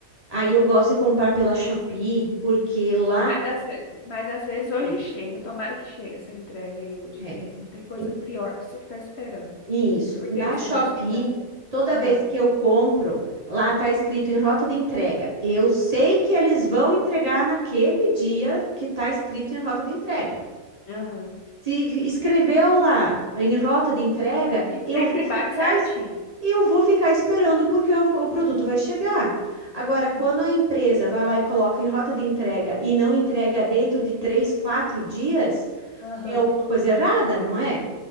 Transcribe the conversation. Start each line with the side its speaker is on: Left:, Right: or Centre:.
Right: Aí eu gosto de comprar pela Shopee, porque lá
Left: Mas às vezes, mas às
Right: eles
Left: vezes
Right: entregam.
Left: hoje chega, tomara que chegue essa entrega aí hoje,
Right: É.
Left: que não tem coisa
Right: E-
Left: pior que você ficar esperando.
Right: Isso.
Left: Por
Right: Na
Left: que que
Right: Shopee,
Left: você gosta de comprar pela...
Right: toda
Left: Ah,
Right: vez que eu compro, lá tá escrito em rota de entrega. Eu sei que eles vão entregar naquele dia que tá escrito em rota de entrega.
Left: aham.
Right: Se escreveu lá em rota de entrega,
Left: E sempre
Right: eu vou ficar
Left: bate certinho.
Right: e eu vou ficar esperando porque o, o produto vai chegar. Agora, quando
Left: Sim.
Right: a empresa vai lá e coloca em rota de entrega e não entrega dentro de três, quatro dias,
Left: Aham.
Right: tem alguma coisa errada, não é?